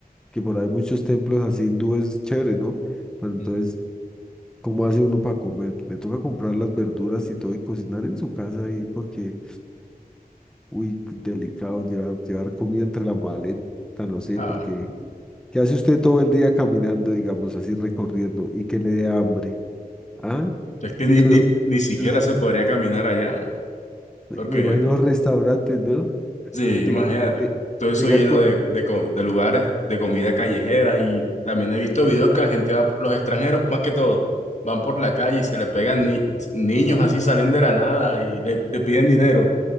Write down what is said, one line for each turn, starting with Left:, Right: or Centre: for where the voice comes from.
Centre: que por ahí muchos templos así hindúes chéveres, ¿no? Pero entonces,
Left: Mm.
Centre: ¿cómo hace uno para comer? Le toca comprar las verduras y todo y cocinar en su casa ahí porque, uy, delicado llevar, llevar comida entre la maleta, no sé,
Left: Ah,
Centre: porque ¿qué hace usted todo el día caminando, digamos, así recorriendo y que le dé hambre? ¿Ah?
Left: es que
Centre: Entonces,
Left: ni, ni, ni
Centre: <laughs>
Left: siquiera
Centre: o sea,
Left: se podría caminar allá,
Centre: me
Left: porque,
Centre: me imagino los restaurantes, ¿no?
Left: sí,
Centre: Llegan,
Left: imagínate,
Centre: lle-
Left: todo eso
Centre: llegan
Left: lleno
Centre: con...
Left: de, de, co- de lugares de comida callejera y también he visto videos que la gente va, por- los extranjeros más que todo, van por la calle y se le pegan ni- niños así, salen de la nada y le le piden dinero.